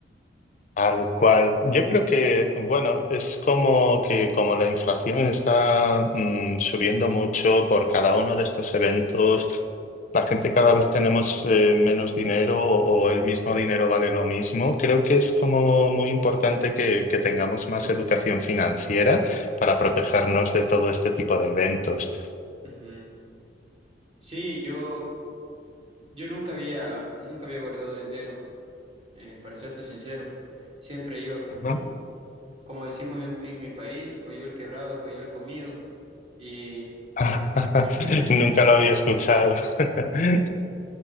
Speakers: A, on the left; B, on the right.
A: Tal cual. Yo creo que, bueno, es como que como la inflación está mm, subiendo mucho por cada uno de estos eventos, la gente cada vez tenemos eh, menos dinero o, o el mismo dinero vale lo mismo. Creo que es como muy importante que, que tengamos más educación financiera para protegernos de todo este tipo de eventos.
B: Ujú. Sí, yo, yo nunca había, nunca había guardado dinero, eh, para serte sincero. Siempre iba como,
A: Ajá.
B: como decimos en, en mi país, coyol quebrado, coyol comido. Y
A: <laughs>
B: <laughs>
A: Nunca lo había escuchado. <laughs>